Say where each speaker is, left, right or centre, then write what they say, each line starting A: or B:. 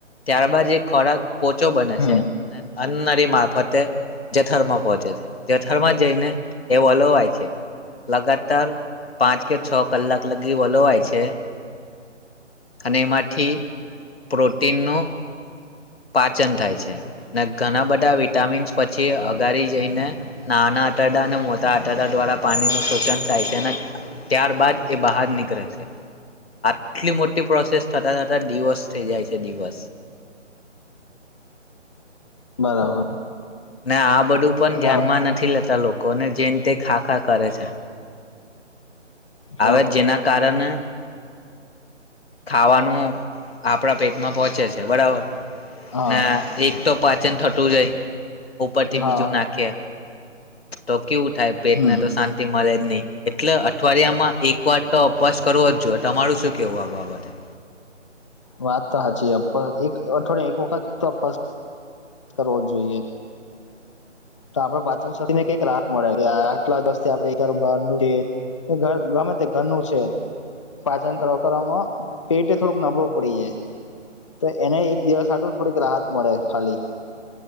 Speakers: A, on the left; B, on the left.
A: ત્યારબાદ એ ખોરાક પોચો બને
B: હમ,
A: છે ને અન્ન ળી મારફતે જઠરમાં પહચે છે જઠરમાં જઈને એ વલોવાય છે. લગાતાર પાંચ કે છ કલાક લગી વલોવાય છે. એ <unintelligible> અને એમાંથી પ્રોટીનનું પાચન થાય છે. ને ઘણા બધા વિટામિન્સ પછી અગારી જઈને, નાના આતરડાં અને મોટા આટરડા દ્વારા પાણીનું શોષન થાય છે. અને ત્યારબાદ એ બહાર નીકળે, આટલી મોટી પ્રોસેસ થતા થતા દિવોસ થઈ જાય છે દિવસ.
B: બરાબર!
A: ને આ બધું પણ,
B: હા
A: ધ્યાનમાં નથી લેતા લોકો. કોને જેને તે ખા ખા કરે છે. <unintelligible>
B: તો,
A: હવે જેના કારણે ખાવાનું આપણા પેટમાં પહોંચે છે. બરાબર!
B: હા
A: ના એક તો પાચન થતૂ ટું જાય ઉપરથી
B: હા
A: બીજુ નાખે. તો! કેવું થાય, પેટ
B: હમ
A: ને તો શાંતિ મળે જ નહી. એટલે અઠવાડિયા માં એક વાર તો અપવાસ કરવો જ જોઈએ. તમારું શું કેવું આ બાબ--? પોતે. <inaudible>
B: વાત તો સાચી છે. પણ એક અઠવાડિયા એક વખત તો અપવાસ કરવો જ જોઈએ. તો આપણા પાચન શક્તિને કંઈ રાહ મળે <inaudible> આટલા દસ થી આપડે દરબાર કે ગમે તે ઘરનું છે પાચન કરવામાં પેટે થોડુંક નબળું પડી જાય. તો એને એક દિવસ હાટું થોડીક રાહત મળે ખાલી.